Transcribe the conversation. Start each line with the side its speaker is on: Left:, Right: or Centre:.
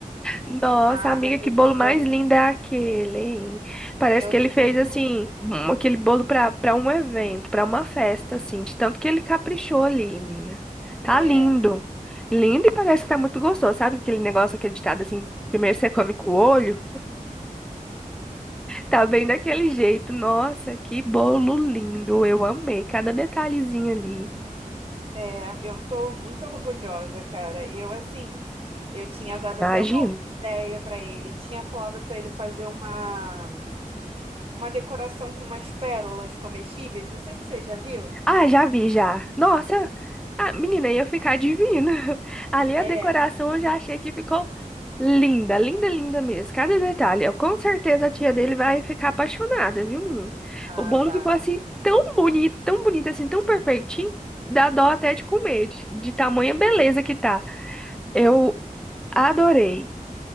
Centre: Nossa,
Right: Ai,
Centre: amiga,
Right: mas
Centre: que
Right: eu
Centre: bolo mais
Right: tô,
Centre: lindo é aquele, hein? Parece
Right: eu
Centre: que ele fez
Right: tô,
Centre: assim, um- aquele bolo para para um evento, para uma festa, assim, de tanto que ele caprichou ali, menina. Tá
Right: é,
Centre: lindo. Lindo e parece que tá muito gostoso, sabe? Aquele negócio, aquele ditado assim, primeiro você come com o olho, tá bem daquele jeito. Nossa, que bolo lindo. Eu amei cada detalhezinho ali.
Right: é, eu tô muito orgulhosa, cara. Eu assim, eu tinha dado
Centre: Imagina.
Right: até uma ideia pra ele, tinha falado pra ele fazer uma uma decoração com umas pérolas comestíveis, não sei se você já viu.
Centre: Ah, já vi, já. Nossa, ah, menina, ia ficar divina. <laughs> Ali a
Right: É.
Centre: decoração eu já achei que ficou linda, linda, linda mesmo. Cada detalhe. Eu, com certeza a tia dele vai ficar apaixonada, viu, menino?
Right: Ah,
Centre: O bolo
Right: vai.
Centre: ficou assim tão bonito, tão bonito, assim, tão perfeitinho. Dá dó até de comer, de, de tamanha beleza que tá. Eu adorei.